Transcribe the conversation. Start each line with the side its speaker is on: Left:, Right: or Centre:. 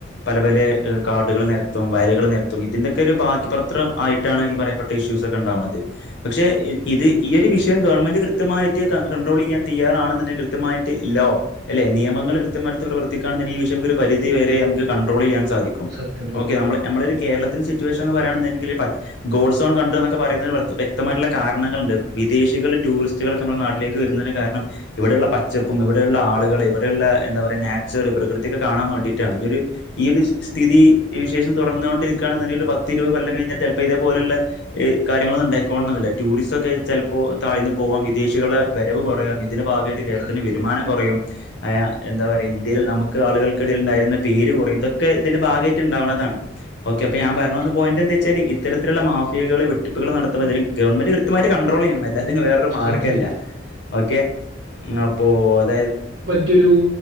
Left: പല പലെ എ കാടുകള് നെരെത്തും വയലുകള് നേരത്തും ഇതിന്റെക്കെരു ബാക്കി പത്രം ആയിട്ടാണ് ഈ പറയപ്പെട്ട ഇഷ്യൂസ് ഒക്കെ ഇണ്ടാവണത്. പക്ഷെ ഇ ഇത് ഈയൊരു വിഷ് ത്യം ഗവൺമെന്റ് കൃത്യമായിട്ട് ക കൺട്രോളെയ്യാൻ തയ്യറാണ്ന്നെ കൃത്യമായിട്ട് ലോ ല്ലെ നിയമ ഇങ്ങള് കൃത്യമാ <unintelligible> പ്രവത്തിക്കാണെന്നി ഈ വിഷയം ഒരു പരിതി വെരെ അമ്ക്ക് കൺട്രോളെയ്യാൻ സാധിക്കും
Right: സത്യം സത്യം
Left: ഓക്കെ അമ്മള് അമ്മള്ളൊരു കേരളത്തിന് ചുറ്റ് സിറ്റുവേഷൻ എന്ന് പറയാണുണ്ടെങ്കില് <unintelligible> ഗോഡ്‌സോൺ കൺട്രി എന്നൊക്കെ പറയുന്നതിന് <unintelligible> വ്യക്തമായിട്ടുള്ള കാരണങ്ങളുണ്ട് വിദേശികള് ടൂറിസ്റ്റുകളൊക്കെ മ്മടെ നാട്ടിലേക്ക് വരുന്നതിന് കാരണം ഇവിടെയുള്ള പച്ചപ്പും ഇവിടെയുള്ള ആളുകള് ഇവട് ന്ന്ള്ള എന്താപറയ്ന്നെ നാച്ചൊർ പ്രകൃതിക്കെ കാണാൻ വേണ്ടിറ്റാണ് ഇയൊരു ഈ ഒരു സ് സ്ഥിതി വിശേഷം തുടർന്ന നോർണ്ടിരിക്കാണെന്നെങ്കില് പത്തിരൂ കൊല്ലം കഴിഞ്ഞാൽ ചെലപ്പോ ഇതേപോലുള്ള ഇ കാര്യങ്ങളൊന്നുണ്ടായിക്കോൺന്നില്ല ടൂറിസോക്കെ ചെലപ്പോ താഴ്ന്ന് പോവാം വിദേശികളെ വരവ് കുറയാം ഇതിന്റെ ഭാഗായിട്ട് കേരളത്തിന്
Right: സത്യം.
Left: വെരുമാനം കൊറയും അയ എന്താ പറയാ ഇന്ത്യയിൽ നമുക്ക് ആളുകൾക്കിടയിൽ ഇണ്ടായിരുന്ന പേര് കൊറയും ഇതൊക്കെ ഇതിന്റെ ഭാഗമായിട്ട് ഇണ്ടാവണതാണ്. ഓക്കെ അപ്പ
Right: ആ
Left: ഞാൻ
Right: അതെ
Left: പറഞ്ഞ് വന്ന പോയിന്റ് എന്താച്ചാല് ഇത്തരത്തിലുള്ള മാഫിയകള് വെട്ടിപ്പുകൾ നടത്ത്മ്പോ ഇതിന് ഗവൺമെന്റ് കൃത്യമായിട്ട് കൺട്രോല്ലെയ്യണം അല്ല ഇതിന് വേറൊരു മാർഗല്ല
Right: സത്യം സത്യം.
Left: ഓക്കെ മ് അപ്പോ അതായത്
Right: മറ്റൊരു